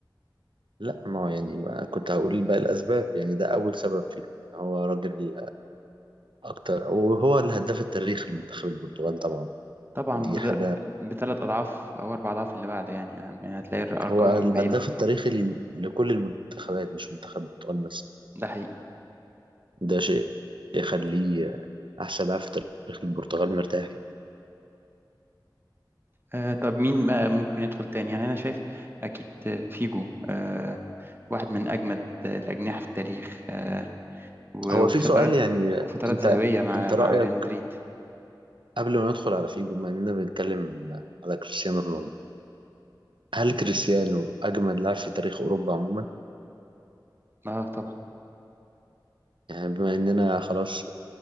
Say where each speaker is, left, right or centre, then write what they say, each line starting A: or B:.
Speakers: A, on the right; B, on the right.
A: لا ما هو يعني ما كنت هقول باقي الاسباب يعني ده اول سبب فيه هو راجل أكتر وهو الهداف التاريخي لمنتخب البرتغال طبعا
B: طبعا
A: فدي
B: بد...
A: حاجة
B: بثلاث أضعاف أو أربع أضعاف اللي بعده يعني, يعني هتلاقي الأرقام
A: هو الهداف
B: بعيدة
A: التاريخي لكل المنتخبات مش منتخب البرتغال بس
B: ده حقيقي
A: ده شيء يخليه أحسن لاعب في تاريخ البرتغال مرتاح
B: آه طب مين ما ممكن يدخل تاني يعني أنا شايف أكيد آه، فيجو آه واحد من أجمد آه، الأجنحة في التاريخ آه و-
A: هو
B: وفترات
A: في سؤال يعني
B: وفترات
A: أنت
B: ذهبية مع
A: أنت
B: مع
A: رأيك
B: ريال مدريد
A: قبل ما ندخل على فيجو بما إننا بنتكلم على كريستيانو رونالدو هل كريستيانو أجمد لاعب في تاريخ أوروبا عموما؟
B: اه طبعا
A: يعني بما إننا خلاص